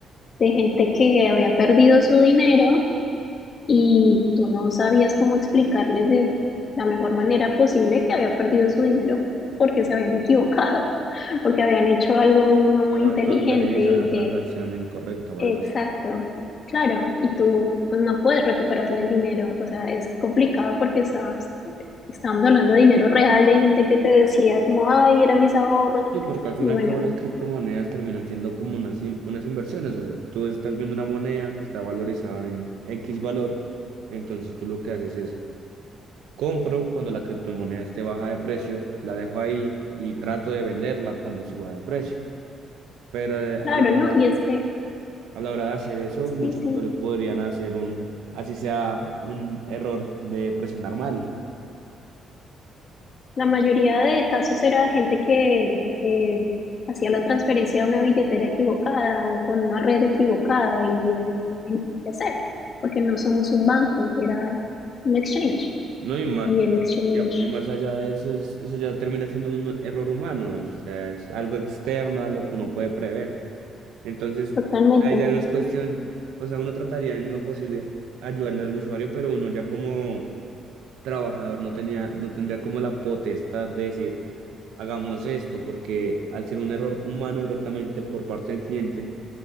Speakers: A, on the left (about 50°); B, on the right (about 70°).
A: de gente que había perdido su dinero y tú no sabías cómo explicarles de la mejor manera posible que había perdido su dinero porque se habían equivocado, <laughs> porque habían hecho algo no muy
B: Una mal
A: inteligente
B: transferencia,
A: y
B: una
A: que,
B: transacción incorrecta o
A: exacto,
B: algo así.
A: claro, y tú pues no puedes recuperarle el dinero, o sea, es complicado porque estamos, estamos hablando de dinero real, de gente que te decía como, ay, eran mis ahorros,
B: Sí, porque al fin
A: y
B: y al
A: bueno,
B: cabo las criptomonedas terminan siendo como unas, in- unas inversiones. O sea, tú estás viendo una moneda que está valorizada en X valor, entonces tú lo que haces es compro cuando la criptomoneda esté baja de precio, la dejo ahí y trato de venderla cuando suba de precio. Pero eh, a
A: claro,
B: la hora,
A: ¿no? Y es que,
B: a la hora de hacer eso, muchos
A: sí, sí,
B: usuarios podrían hacer un, así sea un error de presionar mal.
A: La mayoría de casos era gente que eh, hacía la transferencia a una billetera equivocada o con una red equivocada y ahí no hay nada que hacer, porque no somos un banco, era un exchange
B: No, y más,
A: y el exchange
B: ya, y más allá de eso, es- eso ya termina siendo un error humano, o sea, es algo externo a lo que uno puede prever. Entonces,
A: totalmente.
B: ahí ya no es cuestión, o sea, uno trataría en lo posible ayudarle al usuario, pero uno ya como trabajador no tenía, no tendría como la potestad de decir, hagamos esto, porque al ser un error humano directamente por parte del cliente,